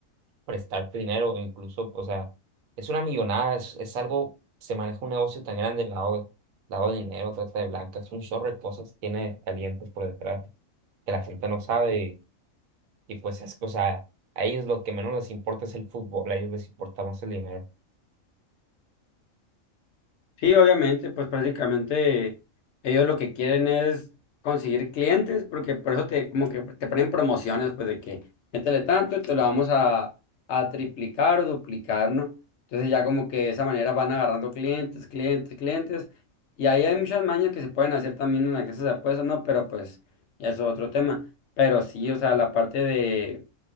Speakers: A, on the right; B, on the left.
A: prestarte dinero, o incluso, o sea, es una millonada, es, es algo, se maneja un negocio tan grande, lavado, lavado de dinero, trata de blancas, un chorro de cosas tiene calientes por detrás que la gente no sabe Y pues es que, o sea, a ellos lo que menos les importa es el fútbol, a ellos les importa más el dinero.
B: Sí, obviamente, pues prácticamente ellos lo que quieren es conseguir clientes, porque por eso te, como que te ponen promociones, pues de que métele tanto y te lo vamos a, a triplicar o duplicar, ¿no? Entonces ya como que de esa manera van agarrando clientes, clientes, clientes, y ahí hay muchas mañas que se pueden hacer también en las casas de apuestas, ¿no? Pero pues ya es otro tema. Pero sí, o sea, la parte de,